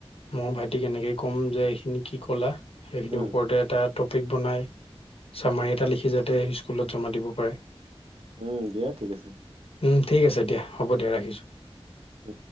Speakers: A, on the left (about 65°); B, on the right (about 70°).
A: মই ভাইটিক এনেকে ক'ম যে এইখিনি কি কলা সেইখিনিৰ
B: উম
A: ওপৰতে এটা টপিক বনাই চামাৰী এটা লিখি যাতে স্কুলত জমা দিব পাৰে।
B: উম, দিয়া ঠিক আছে।
A: উম ঠিক আছে দিয়া হ'ব দিয়া
B: উম,
A: ৰাখিছোঁ।
B: উম।